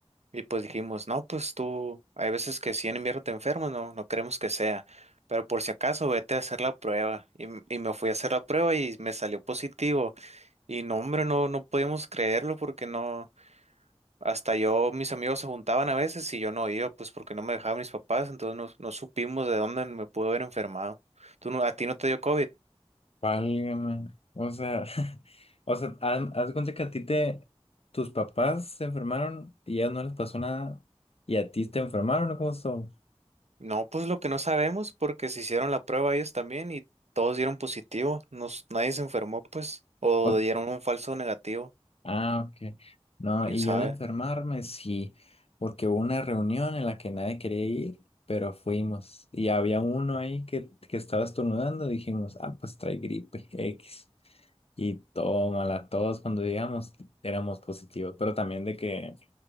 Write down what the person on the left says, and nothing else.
Válgame. O sea, <laughs> o sea, haz, haz de cuenta que a ti te, tus papás se enfermaron y ya no les pasó nada y a ti te enfermaron, ¿o cómo estuvo?
O-
Ah, ok. No,
y
yo de enfermarme, sí, porque hubo una reunión en la que nadie quería ir, pero fuimos y había uno ahí que, que estaba estornudando, dijimos, ah, pues trae gripe X. Y tómala, todos cuando llegamos éramos positivos, pero también de que...